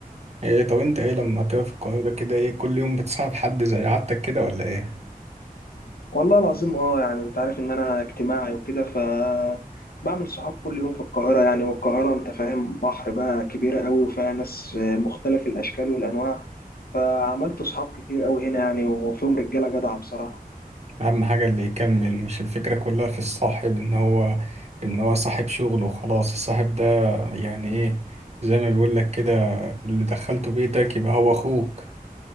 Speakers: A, on the right; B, on the left.
A: ايه طب انت ايه لما كده في القاهرة كده ايه كل يوم بتصاحب حد زي عادتك كده ولا ايه
B: والله العظيم أه يعني أنت عارف إن أنا اجتماعي وكده ف بعمل صحاب كل يوم في القاهرة يعني والقاهرة أنت فاهم بحر بقى كبيرة قوي وفيها ناس مختلف الأشكال والأنواع فعملت صحاب كتير قوي هنا يعني وفيهم رجاله جدعه بصراحه
A: اهم حاجة اللي يكمل مش الفكرة كلها في الصاحب ان هو ان هو صاحب شغل وخلاص الصاحب ده يعني ايه زي ما بيقول لك كده اللي دخلته بيتك يبقى هو اخوك